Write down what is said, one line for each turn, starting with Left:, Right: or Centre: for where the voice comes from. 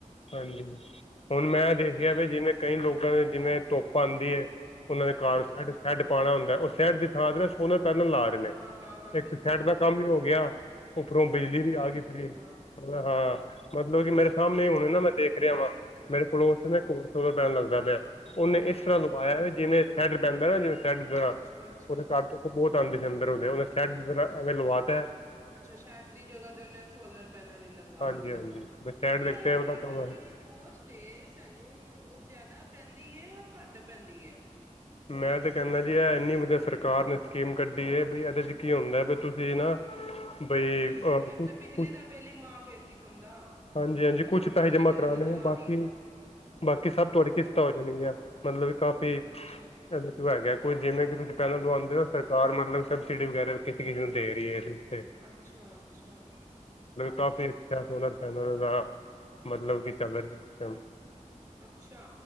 Left: ਹਾਂਜੀ ਹੁਣ ਮੈਂ ਦੇਖਿਆ ਵੀ ਜਿਵੇਂ ਕਈ ਲੋਕਾਂ ਦੇ ਜਿਵੇਂ ਧੁੱਪ ਆਂਦੀ ੲਏ ਉਹਨਾਂ
Right: ਹਾਂਜੀ
Left: ਦੇ ਘਰ <unintelligible> ਪਾਣਾ ਹੋਂਦਾ ਓਹ ਸ਼ਹਿਰ ਦੀ ਥਾਂ ਤੇ ਨਾ ਓਹਨਾਂ ਕਰਨਲ ਲਾ ਰਹੇ ਨੇ
Right: ਹਾਂ ਹਾਂ ਹਾਂ ਬਿਲਕੁਲ
Left: ਇੱਕ ਸ਼ੈਡ ਦਾ ਕੰਮ ਹੀ ਹੋ ਗਿਆ ਉੱਪਰੋਂ
Right: ਹੁਣ
Left: ਬਿਜਲੀ
Right: ਤੇ ਸੋਲਰ
Left: ਵੀ ਆ ਗਈ
Right: ਪੈਨਲ
Left: ਫਰੀ
Right: ਹਾਂ
Left: ਹਾਂ ਮਤਲਬ ਕਿ ਮੇਰੇ ਸਾਮਨੇ ਹੀ ਹੁਣ <unintelligible> ਹੁਣ ਨਾ ਮੈਂ ਦੇਖ ਰਿਹਾ ਵਾਂ ਮੇਰੇ ਪੜੋਸ ਚ ਨਾ ਇਕ ਹੋਰ ਸੋਲਰ ਪੇਨਲ ਲੱਗਦਾ ਪਿਆ। ਉਹਨੇ
Right: ਅੱਛਾ
Left: ਇਸ ਤਰ੍ਹਾਂ ਲਵਾਇਆ ਜਿਵੇਂ ਹੈੱਡ ਪੈਂਦਾ ਨਾ ਜੇਵੇ ਸ਼ੇਡ ਪਿਆ,
Right: ਅੱਛਾ ਅੱਛਾ
Left: ਉਹਦੇ ਕਾਰ ਤੇ ਉੱਤੇ ਬਹੁਤ <unintelligible> ਐਵੇ ਲਵਾਤਾ ਹੈ
Right: ਅੱਛਾ ਸ਼ੈਡ ਦੀ ਜਗ੍ਹਾ ਤੇ ਉਹਨੇ ਸੋਲਰ ਪੈਨਲ ਹੀ ਲਗਵਾ
Left: ਹਾਂਜੀ
Right: ਦਿੱਤਾ
Left: ਹਾਂਜੀ ਸ਼ੈਡ
Right: ਤੇ
Left: ਦੇਖਤੇ
Right: ਐ
Left: ਉਹਦਾ
Right: ਇਹਦੀ
Left: ਕੰਮ
Right: ਜਿਹੜੀ ਕੋਸਟ ਏ ਸਾਨੂੰ ਉਹ ਜਿਆਦਾ ਪੈਂਦੀ ਦੀ ਹੈ ਜਾਂ ਘੱਟ ਪੈਂਦੀ ਹੈ?
Left: ਮੈਂ ਤਾਂ ਕਹਿੰਦਾ ਜੀ ਇਹ ਇੰਨੀ ਵਧੀਆ ਸਰਕਾਰ ਨੇ ਸਕੀਮ ਕੱਢੀ ਹੈ ਵੀ ਇਹਦੇ ਚ ਕੀ ਹੁੰਦਾ ਵੀ ਤੁਸੀਂ ਨਾ ਬਈ
Right: ਬਿੱਲ
Left: ਕੁਛ-ਕੁਛ,
Right: ਇੱਕ ਤਾਂ ਬਿਜਲੀ ਦਾ ਬਿੱਲ ਹੀ ਮਾਫ਼ ਇੱਕ ਕਿਸਮ ਦਾ
Left: ਹਾਂਜੀ-ਹਾਂਜੀ ਕੁਛ
Right: ਬਿਜਲੀ
Left: ਪੈਸੇ ਜਮਾ
Right: ਤੇ ਉਹਦੇ
Left: ਕਰਾਣੇ
Right: ਤੋਂ ਆ
Left: ਬਾਕੀ,
Right: ਰਹੀ ਹੈ
Left: ਬਾਕੀ ਸਭ ਤੁਹਾਡੀ ਕਿਸ਼ਤਾਂ ਹੋ ਜਾਣਗੀਆਂ। ਮਤਲਬ ਕਾਫੀ
Right: ਅੱਛਾ
Left: <unintelligible> ਕੋਈ ਜਿਵੇਂ ਕਿ ਤੁਸੀਂ ਪਹਿਲਾਂ ਲਵਾਉਂਦੇ ਹੋ ਸਰਕਾਰ ਮਤਲਬ ਸਬਸਿਡੀ ਵਗੈਰਾ ਕਿਸੇ ਕਿਸੇ ਨੂੰ ਦੇ ਰਹੀ ਹੈ ਇਸ ਉੱਤੇ
Right: ਅੱਛਾ-ਅੱਛਾ।
Left: ਕਾਪੀ ਇਥਿਆ ਸੋਲਰ ਪੈਨਲ ਦਾ ਮਤਲਬ ਕਿ ਚੱਲ ਰਿਹਾ ਇਸ ਟਾਈਮ
Right: ਅੱਛਾ,